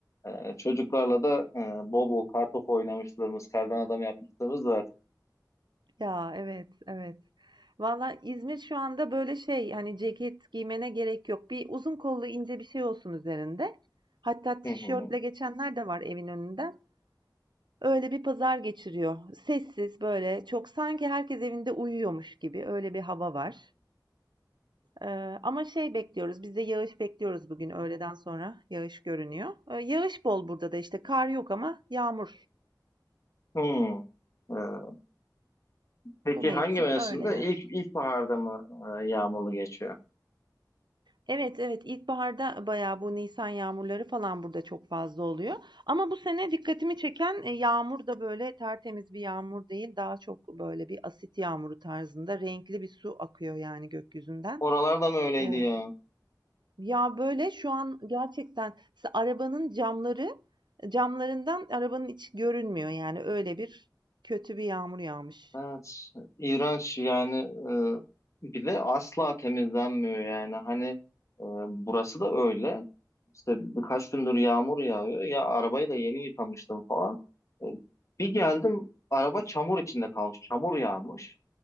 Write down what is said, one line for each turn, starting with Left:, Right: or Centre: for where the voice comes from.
Left: e, çocuklarla da e, bol bol kartopu oynamışlığımız, kardan adam yapmışlığımız var.
Right: Ya evet, evet. Valla İzmir şu anda böyle şey hani ceket giymene gerek yok. Bir uzun kollu ince bir şey olsun üzerinde. Hatta tişörtle
Left: Hı hı.
Right: geçenler de var evin önünden. Öyle bir pazar geçiriyor. Sessiz böyle çok sanki herkes evinde uyuyormuş gibi öyle bir hava var. Ee, ama şey bekliyoruz biz de yağış bekliyoruz bugün öğleden sonra yağış görünüyor. Ee, yağış bol burada da işte kar yok ama yağmur.
Left: Hı. Ee, peki
Right: Bu mevsim
Left: hangi mevsimde?
Right: öyle yani.
Left: İlk ilkbaharda mı e, yağmurlu geçiyor?
Right: Evet, evet. İlkbaharda bayağı bu nisan yağmurları falan burada çok fazla oluyor. Ama bu sene dikkatimi çeken e, yağmur da böyle tertemiz bir yağmur değil. Daha çok böyle bir asit yağmuru tarzında renkli bir su akıyor yani gökyüzünden.
Left: Oralarda mı öyleydi
Right: E,
Left: ya?
Right: ya böyle şu an gerçekten mesela arabanın camları camlarından arabanın içi görünmüyor yani öyle bir kötü bir yağmur yağmış.
Left: Evet, iğrenç yani e, bir de asla temizlenmiyor yani hani e, burası da öyle işte birkaç gündür yağmur yağıyor ya arabayı da yeni yıkamıştım falan E, bir geldim araba çamur içinde kalmış çamur yağmış